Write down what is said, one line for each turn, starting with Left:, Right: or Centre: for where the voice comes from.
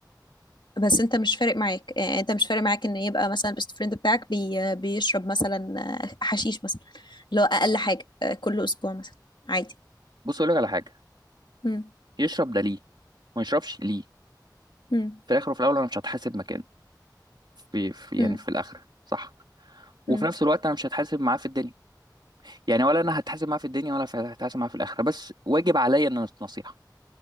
Left: بس انت مش فارق معاك يعني انت مش فارق معاك ان يبقى مثلا البيست فريند بتاعك بي... بيشرب مثلا آه، حشيش مثلا اللي هو اقل حاجه آه، كل اسبوع مثلا عادي
Right: بص اقول لك على حاجه
Left: مم.
Right: يشرب ده ليه ما يشربش ليه
Left: مم.
Right: في الاخر وفي الاول انا مش هتحاسب مكانه في, في
Left: مم.
Right: يعني في الاخره صح
Left: مم.
Right: وفي نفس الوقت انا مش هتحاسب معاه في الدنيا يعني ولا انا هتحاسب معاه في الدنيا ولا هتحاسب معاه في الاخره بس واجب عليا ان أنا نصيحه